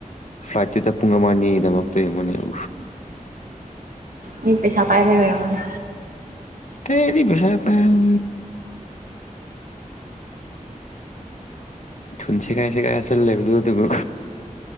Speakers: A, on the left; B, on the right.
A: ꯐ꯭ꯂꯥꯏꯠꯇꯨꯗ ꯄꯨꯡ ꯑꯃ ꯑꯅꯤꯒꯤꯗꯃꯛꯇ ꯌꯦꯡꯌꯨꯅꯦ <unintelligible>
B: ꯃꯤ ꯄꯩꯁꯥ ꯄꯥꯏꯕꯒꯤ ꯑꯣꯏꯔꯝꯒꯅꯤ
A: ꯀꯩꯌꯦꯗꯤ‌ ꯄꯩꯁꯥꯒ ꯄꯥꯏꯝ ꯊꯨꯟ ꯁꯦꯒꯥꯏꯔ ꯁꯦꯒꯥꯏꯔ ꯆꯠ ꯂꯩꯕꯗꯨꯒ